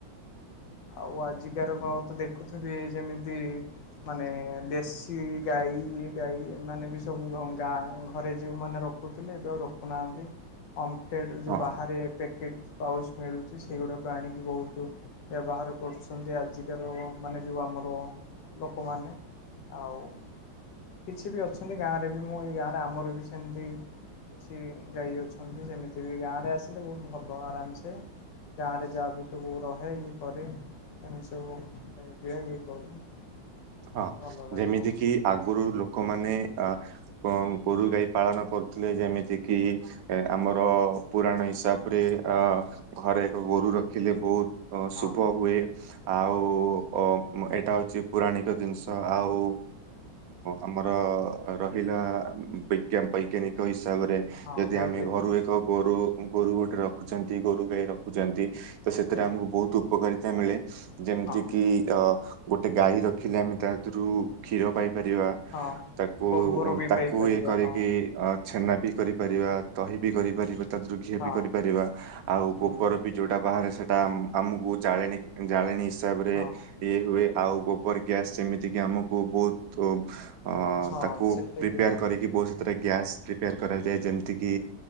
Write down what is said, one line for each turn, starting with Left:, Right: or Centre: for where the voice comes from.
Left: ଆଉ ଆଜିକାର କଣ ତ ଦେଖୁଥିବି ଯେମିତି ମାନେ ବେଶ ସେ ଗାଇ ଏଇ ଗାଇ ମାନେ ବି ସବୁ ଗଙ୍ଗା ଘରେ ଯଉମାନେ ରଖୁଥିଲେ, ଏବେ ଆଉ ରଖୁନାହାନ୍ତି ଓମ୍ଫ୍ଲେଟ ଯେଉଁ
Right: ହଁ
Left: ବାହାରେ ପ୍ୟାକେଟ୍ ପାଉ ମିଳୁଛି ସେଗୁଡ଼ାକୁ ଆଣିକି ବହୁତ ବ୍ୟବହାର କରୁଛନ୍ତି, ଆଜିକାର ମାନେ ଯେଉଁ ଆମର ଲୋକମାନେ ଆଉ କିଛି ବି ଅଛନ୍ତି ଗାଁ ରେ ବି ମୁଁ ଏଇ ଗାଁରେ ଆମର ବି ସେମିତି କିଛି ଗାଈ ଅଛନ୍ତି ସେମିତି ବି ଗାଁ ରେ ଆସିଲେ ବହୁତ ଭଲ ଆରାମସେ ଗାଁ ରେ ଯାହା ବି ସବୁର ଏହା ଇଏ କରେ ଏମି ସବୁ ଇଏ କରୁ ଏମିତି
Right: ହଁ
Left: ଭଲ ଲାଗେ
Right: ଯେମିତି
Left: ବହୁତ
Right: କିି ଆଗରୁ ଲ ଲୋକମାନେ ଅ ଗୋରୁ ଗାଈ ପାଳନ କରୁଥିଲେ, ଯେମିତି କିି ଆମର ପୁରାଣ ହିସାବ ରେ ଅ
Left: ହଁ
Right: ଘରେ ଏକ ଗୋରୁ ରଖିଲେ ବହୁତ
Left: ହଁ
Right: ଶୁଭ ହୁଏ ଆଉ
Left: ହଁ
Right: ଅ ଏଇଟା ହଉଛି ପୁରଣିକ ମୁ ଜିନିଷ ଆଉ ଆମର ରହିଲା୍ ବୈଜ୍ଞାନିକ ହସାବରେ ହିସାବରେ
Left: ହଁ
Right: ଯଦି
Left: ବୈଜ୍ଞାନିକ
Right: ଆମେ ଘରୁ ଏକ ଗୋରୁ ଗୋରୁ ଗୋଟେ ରଖୁଛନ୍ତି ଗୋରୁ ଗାଈ ରଖୁଛନ୍ତି ତ ସେଥିରେ
Left: ଆଜ୍ଞା
Right: ଆମକୁ ବହୁତ ଉପକାରିତା ମିଳେ ଯେମିତି
Left: ହଁ
Right: କିି ଅ ଗୋଟେ ଗାଈ ର ଖଲେ ଆମେ ତାରୁ କ୍ଷୀର ପାଇ
Left: ହଁ
Right: ତାକୁ
Left: ଗୋବର ବି
Right: ତାକୁ
Left: ପାଇପାରିବା
Right: ଇ କରିକି
Left: ହଁ
Right: ଛେନା ବି କରିପାରିବା ଦହି ବି କରିପାରିବା ତାଦୁ ଘିଅ
Left: ହଁ
Right: ବି କରିପାରିବା ଆଉ
Left: ହୁଁ
Right: ଗୋବର ବି ଯଉଟା ବାହାରେ ସେଟା ଆମକୁ ଜାଳେଣି ଜାଳେଣୀ ହିସାବ ରେ
Left: ହଁ
Right: ଇଏ ହୁଏ ଆଉ ଗୋବର ଗ୍ୟାସ ସେମିତି କିି ଆମକୁ ବହୁତ ତ
Left: ହଁ
Right: ତାକୁ
Left: ସେଟା
Right: ପ୍ରିପେୟାର
Left: ବି ହଁ
Right: କରିକି ବହୁତ ସେଥିରେ ଗ୍ୟାସ୍ ପ୍ରିପେୟାର କରାଯାଏ, ଯେମିତିକି